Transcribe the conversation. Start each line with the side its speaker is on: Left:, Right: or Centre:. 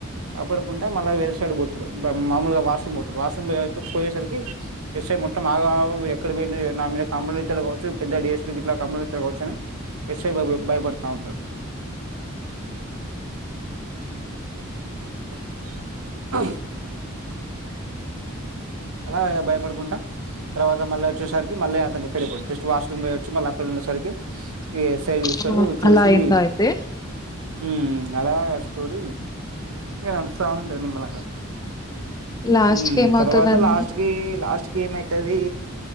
Right: అప్పుడుకుంటే మల్ల వేరే సైడ్ పోతడు మామూలుగా వాష్ రూమ్ పోత వాష్ రూమ్ పోయేసర్కి సేమ్ మొత్తం ఆగమాగం ఎక్కడ పోయింది నా మీద కంప్లైంట్ ఇత్తడు గావోచ్చు పెద్ద డి. ఎస్. ప్కి కంప్లైంట్ త్తడు కావోచ్చు అని ఎస్సే బబ్ భయపడ్తా ఉంటడ్ <inaudible> అలా భయపడుకుంటా తర్వాత మల్ల ఒచ్చేసరికి మల్ల అతని క్కడ పోడు జస్ట్ వాష్ రూమ్ పయోచి మళ్ల అక్కడ సరికి ఈ ఎసై చూస్తడు
Left: ఆ
Right: చూసీ
Left: అలా అయిందా అయితే
Right: ఊమ్ అలా గా స్టోరీ ఇంగ నడుస్తా ఉంటది నిమ్మలంగా
Left: లాస్ట్
Right: ఉమ్
Left: కి ఏమవుతదండి
Right: తర్వాత లాస్ట్ కీ లాస్ట్ ఏమైతదీ